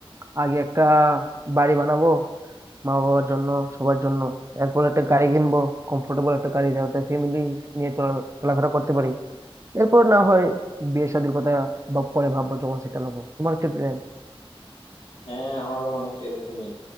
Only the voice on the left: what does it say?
হ্যাঁ আমারও অনেকটা এরকমই